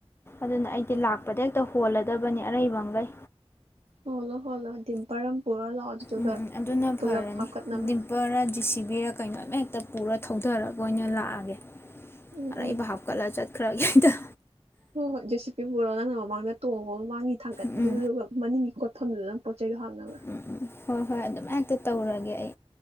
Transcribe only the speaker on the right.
ꯍꯣꯟꯂꯣ ꯍꯣꯟꯂꯣ ꯗꯤꯝꯄꯔ ꯄꯨꯔ ꯂꯥꯛꯑꯣ ꯑꯗꯨꯗꯨꯒ
ꯄꯨꯂꯞ
ꯍꯥꯞꯀꯠꯅꯕ
ꯎꯝ
ꯎꯝ
ꯍꯣ ꯍꯣꯏ ꯖꯦꯁꯤꯄꯤ ꯄꯨꯔꯣ ꯅꯪꯅ ꯃꯃꯥꯡꯗ ꯇꯣꯡꯉꯣ ꯃꯃꯥꯡꯒꯤ ꯊꯥꯡꯀꯠꯄꯤꯗꯨꯗꯨꯒ
ꯃꯅꯤꯡꯒꯤ ꯈꯣꯠꯐꯝꯗꯨꯗꯅ ꯄꯣꯠ ꯆꯩꯗꯣ ꯍꯥꯞꯅꯕ